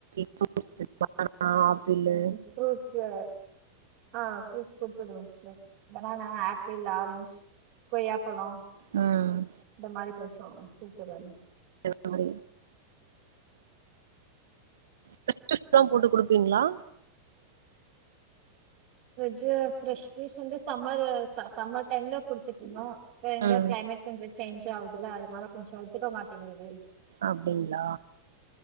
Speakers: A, on the right; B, on the right.
A: <inaudible> பனானா ஆப்பிள்ளு
B: ஃப்ரூட்ஸ்ஸுல ஆ ஃப்ரூட்ஸ் குடுத்துதுடுவே சிஸ்டர் பனானா ஆப்பிள் ஆரஞ்சு கொய்யாப்பழே
A: ம்
B: இந்தமாரி கொஞ்சோ குடுத்துவுடுவாங்க
A: எல்லா <inaudible> ஃப்ரஷ் ஜூஸ்ல்லா போட்டு குடுப்பீங்களா
B: பரஜ்ஜூ ஃப்ரெஷ் ஜூஸ் வந்து சம்மர்ரு ச சம்மர் டைம்ல குடுத்துட்ருதோ இப்ப எங்க
A: ம்
B: க்ளைமேட் கொஞ்சோ சேஞ்ச் ஆவுதுல அதுனால கொஞ்சோ ஒத்துக்க மாட்டேங்கது
A: அப்டிங்களா